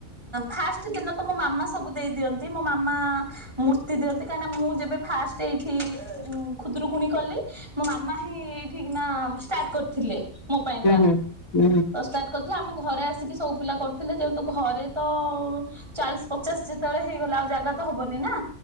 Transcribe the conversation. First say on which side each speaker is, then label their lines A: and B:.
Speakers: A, on the right; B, on the left.
A: ଫାଷ୍ଟ ଦିନ ତ ମୋ ମାମା ସବୁ ଦେଇଦିଅନ୍ତି ମୋ ମାମା ମୂର୍ତ୍ତି ଦିଅନ୍ତି କାହିଁକନା ମୁଁ ଯେବେ ଫାଷ୍ଟ ଏଇଠି ଖୁଦରୁକୁଣ କଲି ମୋ ମାମା ଏଇଠି କିନା ସ୍ତାଷ୍ଟ କରିଥିଲେ ମୋ ପାଇଁକା
B: ହୁଁ ହୁଁ ହୁଁ ହୁଁ
A: ଷ୍ଟାଟ୍ କରିଥିଲେ ଆମ ଘରେ ଆସିକି ସବୁ ପିଲା କରୁଥିଲେ ଯେୁ ଘରେ ତ ଚାଳିଶ ପଚାଶ ଯେତେବେଳେ ହେଇଗଲା ଆଉ ଜାଗା ତ ହବନି ନା